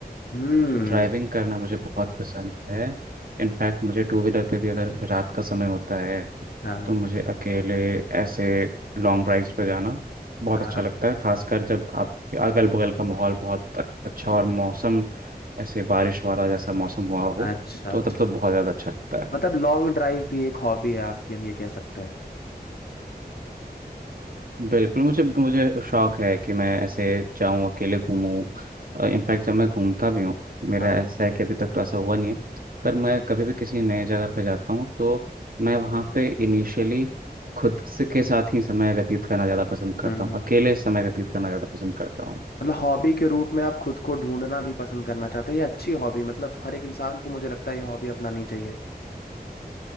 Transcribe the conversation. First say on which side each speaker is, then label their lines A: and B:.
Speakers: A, on the left (about 70°); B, on the right (about 60°).
A: हम्म
B: ड्राइविंग करना मुझे बहुत पसंद है इनफैक्ट मुझे टू व्हीलर पे भी अगर रात का समय होता है
A: हाँ
B: तो मुझे अकेले ऐसे लॉन्ग ड्राइव्स पे जाना बहुत
A: हाँ
B: अच्छा
A: हाँ,
B: लगता है खासकर जब आपके अगल बगल का माहौल बहुत अच्छा और मौसम ऐसे बारिश वाला जैसा मौसम हुआ हो
A: अच्छा
B: तो
A: अच्छा
B: तब तो बहुत ज़्यादा अच्छा लगता है
A: मतलब लॉन्ग ड्राइव भी एक हॉबी है आपकी हम ये कह सकते हैं
B: बिल्कुल मुझे मुझे शौक है कि मैं ऐसे जाऊं अकेले घूमूं इनफैक्ट जब मैं घूमता भी हूँ मेरा
A: हाँ
B: ऐसा है कि अभी तक तो ऐसा हुआ नहीं है पर मैं कभी भी किसी नए जगह पर जाता हूँ तो मैं वहाँ पे इनिशियली खुद से के साथ ही समय व्यतीत करना ज़्यादा पसंद करता
A: हम्म
B: हूँ अकेले समय व्यतीत करना ज़्यादा पसंद करता हूँ
A: मतलब हॉबी के रूप में आप खुद को ढूंढना भी पसंद करना चाहते हैं ये अच्छी हॉबी मतलब हर एक इंसान को मुझे लगता है ये हॉबी अपनानी चाहिए